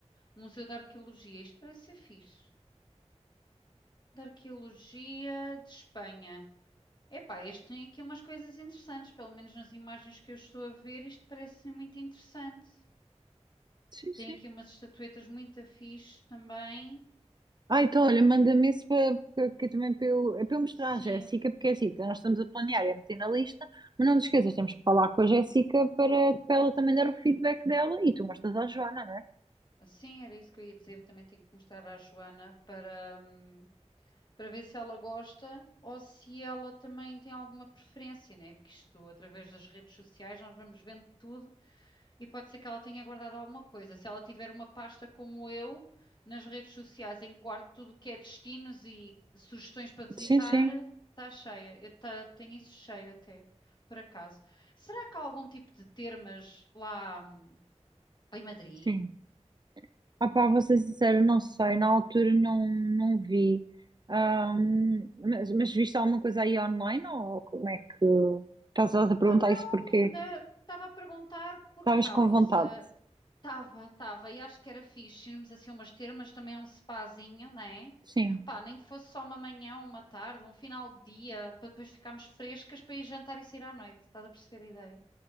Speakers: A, on the left; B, on the right.
A: Um Museu de Arqueologia. Isto parece ser fixe. De Arqueologia de Espanha. Epá, este tem aqui umas coisas interessantes, pelo menos nas imagens que eu estou a ver, isto parece muito interessante.
B: Sim,
A: Tem
B: sim.
A: aqui umas estatuetas muito fixe também.
B: Ah, então, olha, manda-me esse para, para- que também para eu, é para eu mostrar
A: Sim,
B: à Jéssica, porque é assim, nós estamos a planear e a meter na lista, mas não te esqueças, temos que falar com a Jéssica para, para ela também dar o feedback dela e tu mostras à Joana, não é?
A: sim, era isso que eu ia dizer. Eu também tenho que mostrar à Joana para, hum, para ver se ela gosta ou se ela também tem alguma preferência, né? Porque isto, através das redes sociais, nós vamos vendo tudo E pode ser que ela tenha guardado alguma coisa. Se ela tiver uma pasta como eu, nas redes sociais, em quarto tudo que é destinos e sugestões para visitar,
B: Sim, sim.
A: está cheia. Eu ta- tenho isso cheio até, por acaso. Será que há algum tipo de termas lá hum, em Madrid?
B: Sim. Ah pá, vou ser sincera, não sei, na altura não, não vi. Ahm, mas, mas viste alguma coisa aí online ou como é que estás a
A: Opa,
B: perguntar
A: não,
B: isso porque
A: né, estava a perguntar por
B: estavas
A: causa.
B: com vontade?
A: Tava, tava, e acho que era fixe irmos assim umas termas, também é um spazinho, né?
B: Sim.
A: Pá, nem que fosse só uma manhã, uma tarde, um final de dia, para depois ficarmos frescas para ir jantar e sair à noite, estás a perceber a ideia?